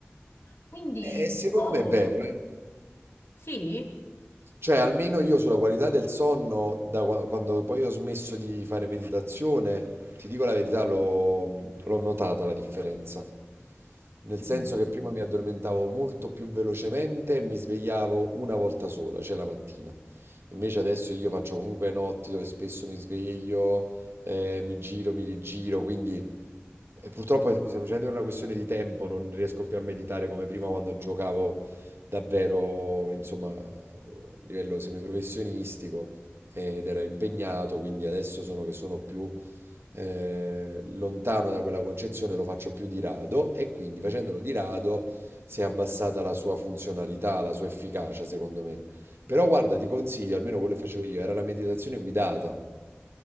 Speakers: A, on the left; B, on the right.
A: Quindi,
B: E secondo
A: boh,
B: me è vero, eh.
A: sì.
B: Cioè, almeno io sulla qualità del sonno, da qua- quando poi ho smesso di fare meditazione, ti dico la verità, l'ho l'ho notata la differenza. Nel
A: Mm.
B: senso che prima mi addormentavo molto più velocemente e mi svegliavo una volta sola, cioè la mattina. Invece adesso io faccio comunque notti dove spesso mi sveglio, eh, mi giro, mi rigiro, quindi E purtroppo è semplicemente per una questione di tempo non riesco più a meditare come prima quando giocavo davvero, insomma, a livello semiprofessionistico ed
A: mm,
B: ero impegnato, quindi adesso sono che sono più eh, lontano da quella concezione, lo faccio più di rado e quindi facendolo di rado si è abbassata la sua funzionalità, la sua efficacia, secondo me. Però guarda, ti consiglio, almeno quello che facevo io, era la meditazione guidata,